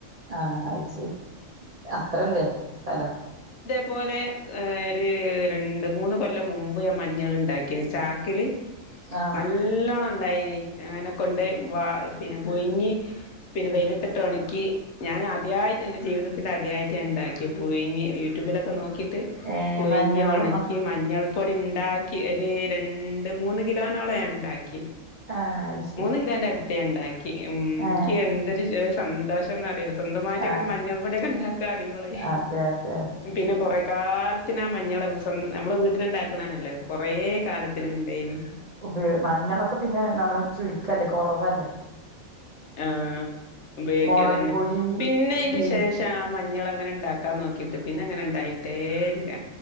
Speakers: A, on the right (about 45°); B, on the left (about 60°).
A: ആ അയ് ശരി അത്രല്ലേ സ്ഥലം
B: അതുപോലെ ഏ ഒരു രണ്ട് മൂന്ന് കൊല്ലം മുമ്പ് ഞാൻ മഞ്ഞള് ണ്ടാക്കിന്ന് ചാക്കില്
A: ആ
B: നല്ലോണം ഇണ്ടായിനി അങ്ങനെ കൊണ്ടോയ് വ പിന്നെ പുഴുങ്ങി പിന്നെ വെയിലത്തിട്ട് ഒണക്കി ഞൻ അദ്യായി എന്റെ ജീവിതത്തില് അദ്യായിട്ട് ഞാൻണ്ടാക്കി പുഴുങ്ങി യൂട്യൂബിലൊ ക്കെ നോക്കിട്ട്
A: ഏ
B: പുഴിങ്ങി
A: മഞ്ഞളോ
B: ഒണക്കി മഞ്ഞൾപ്പൊടി ഉണ്ടാക്കി ഒരു രണ്ട് മൂന്ന് കിലോനോളം ഞാൻണ്ടാക്കി
A: ആ അത് ശരി
B: മൂന്ന് കിലാന്റെ അടുത്ത് ഞാൻ ഉണ്ടാക്കി ഉം എനിക്ക്
A: ഏ
B: എന്തൊരു ഒരു സന്തോഷ് ട്ടെന്നറിയോ സ്വന്തമായിട്ട്
A: ആ
B: അങ്ങനെ മഞ്ഞൾ പൊടിയൊക്കെണ്ടാക്കാ അറിമ്പളേയ്
A: അതെ അതെ അതെ
B: പിന്നെ കൊറേക്കാൽ ത്തിനാ മഞ്ഞള് സ്വ നമ്മള് വീട്ടില്ണ്ടാക്കണന്നെല്ലേ കൊറേ കാലത്തിന്ണ്ടേയ്നി
A: ഉപയോ മഞ്ഞളൊക്കെ പിന്നെ നമ്മള് ചുരുക്കല്ലേ കൊറവല്ലെ
B: ഏ ഉപയോഗിക്കാതന്നെ
A: മുളക് പൊടി
B: പിന്നെ അയ്ന്റെ
A: പി
B: ശേഷം ആ മഞ്ഞളങ്ങനെണ്ടാക്കാൻ നോക്കി ട്ട് പിന്നെ അങ്ങനെ ഇണ്ടായിട്ടേ ഇല്ല